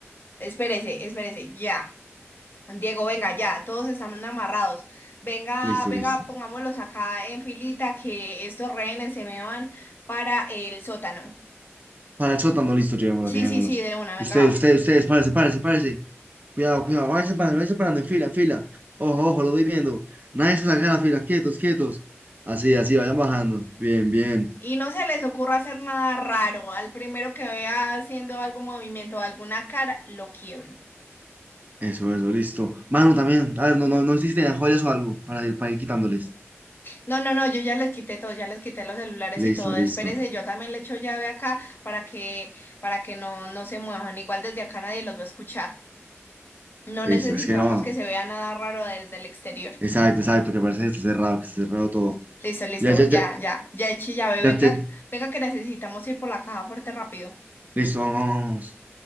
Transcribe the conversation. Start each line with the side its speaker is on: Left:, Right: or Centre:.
Left: Espérese, espérese, ya. Diego, venga, ya, todos están amarrados. Venga,
Right: Listo,
Left: venga,
Right: listo.
Left: pongámoslos acá en filita que estos rehenes se me van para el sótano.
Right: Para el sótano, listo. Llevémonos,
Left: Sí,
Right: llevémonos.
Left: sí, sí, de una, venga,
Right: Ustedes,
Left: vamos.
Right: ustedes, ustedes. Párese, párese, párese. Cuidado, cuidado. Váyanse parando, váyanse parando en fila, en fila. Ojo, ojo, lo voy viendo. Nadie se salga de la fila. Quietos, quietos. Así, así, vayan bajando. Bien, bien.
Left: Y no se les ocurra hacer nada raro. Al primero que vea haciendo algún movimiento, alguna cara, lo quiebro.
Right: Eso, eso, listo. Mano, también. Ah, no, no, no hiciste de joyas o algo para ir, para ir quitándoles.
Left: No, no, no, yo ya les quité todo, ya les quité los celulares
Right: Listo,
Left: y todo.
Right: listo,
Left: Espérese, yo también le echo llave acá para que, para que no, no se muevan. Igual desde acá nadie los va a escuchar. No
Right: listo.
Left: necesitamos
Right: Es que no.
Left: que se vea nada raro desde el exterior.
Right: Exacto, exacto, que parece que está cerrado, que está cerrado todo.
Left: Listo, listo,
Right: Ya, ya,
Left: ya,
Right: ya,
Left: ya, ya eché llave. Venga,
Right: ya, ya.
Left: venga que necesitamos ir por la caja fuerte rápido.
Right: Listo, vamos, vamos. vamos.